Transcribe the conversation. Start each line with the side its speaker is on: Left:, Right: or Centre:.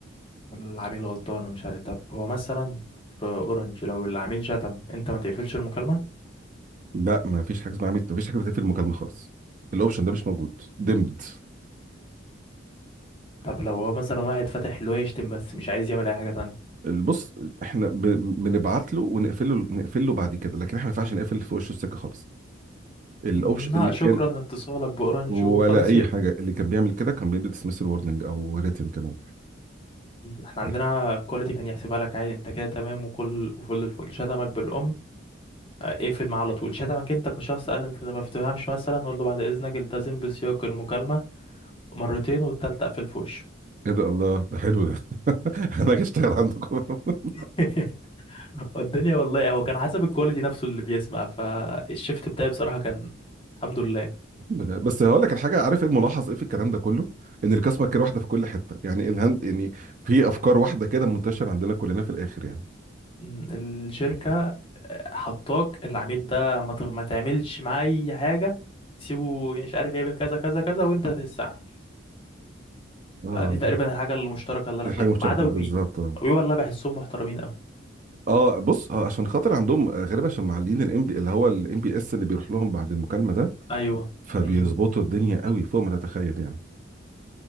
Left: العميل غلطان ومش عارف طب هو مثلا في اورنج لو العميل شتم انت ما تقفلش المكالمة
Right: لا ما فيش حاجه اسمها عميد ما فيش حاجه بتقفل المكالمه خالص الاوبشن ده مش موجود دمد
Left: طب لو هو مثلا واحد فاتح اللي هو يشتم بس مش عايز يعمل اي حاجة تانية
Right: بص احنا ب... بنبعت له ونقفله نقفل له بعد كده لكن احنا ما ينفعش نقفل في وشه السكه خالص الاوبشن
Left: مم، لا
Right: اللي
Left: شكرا
Right: كان
Left: لاتصالك باورنج
Right: ولا
Left: وخلاص
Right: اي
Left: يقفل
Right: حاجه اللي كان بيعمل كده كان بيدي ديسمسل وورنينج او ريتن كمان
Left: احنا عندنا
Right: ايه
Left: كواليتي كان يحسبها لك عادي انت كده تمام وكل وفل الفل شتمك بالام آه، اقفل معاه على طول شتمك انت كشخص قال انت ما بتفهمش مثلا قول له بعد اذنك التزم بسياق المكالمة مرتين والتالتة قفل في وشه
Right: ده الله ده حلو ده <laughs> انا هاجي اشتغل عندكم <laughs>
Left: <laughs> والدنيا والله هو كان حسب الكواليتي نفسه اللي بيسمع فالشيفت بتاعي بصراحة كان الحمد لله
Right: لا، بس هقول لك الحاجه عارف ايه الملاحظ ايه في الكلام ده كله ان الكاسمه كده واحده في كل حته يعني الهند يعني في افكار واحده كده منتشره عندنا كلنا في الاخر يعني
Left: م، الشركة آه، حطاك العميل ده ما, تغ... ما تعملش معاه أي حاجة سيبه مش عارف يعمل كذا كذا كذا وأنت تستعمل
Right: اه
Left: آه، دي تقريبا
Right: لا،
Left: الحاجة المشتركة اللي أنا
Right: دي
Left: شايفها
Right: حاجه مشتركه
Left: ما عدا وي
Right: بالظبط
Left: وي والله بحسهم محترمين أوي
Right: اه بص آه، عشان خاطر عندهم آه، غالبا عشان معلين الام بي اللي هو الام بي اس اللي بيروح لهم بعد المكالمه ده
Left: أيوه
Right: فبيظبطوا
Left: امم
Right: الدنيا قوي فوق ما تتخيل يعني